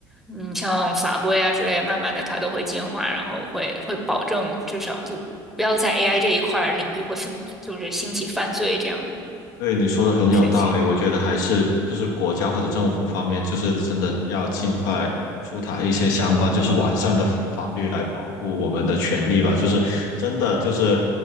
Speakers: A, in the centre; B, on the left.
A: 嗯，像法规啊之类，慢慢的它都会进化，然后会会保证至少就不要在 AI 这一块儿领域会犯，就是兴起犯罪这样的
B: 对你说的很有道理，
A: 事情。
B: 我觉得还是就是国家或者政府方面，就是真的要尽快出台一些相关就是完善的法律来保护我们的权利吧。就是真的就是